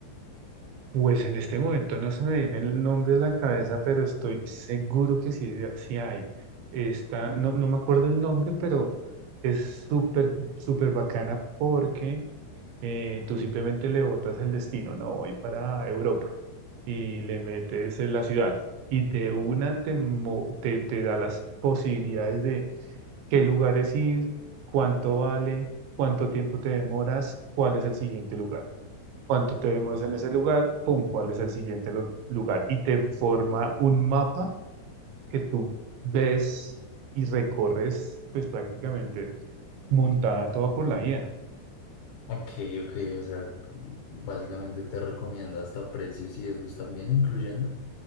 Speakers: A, on the right; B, on the left.
A: Pues en este momento no se me viene el nombre a la cabeza, pero estoy seguro que sí, de- sí hay. Esta, no, no me acuerdo el nombre, pero es súper, súper bacana porque eh, tú simplemente le botas el destino, no voy para Europa, y le metes en la ciudad. Y de una te, mo- te, te da las posibilidades de qué lugares ir, cuánto vale, cuánto tiempo te demoras, cuál es el siguiente lugar cuánto te demoras en ese lugar, pum, cuál es el siguiente lu- lugar. Y te forma un mapa que tú ves y recorres, pues prácticamente montada toda por la IA.
B: Ok, ok, o sea, básicamente te recomienda hasta precios y esos también incluyendo.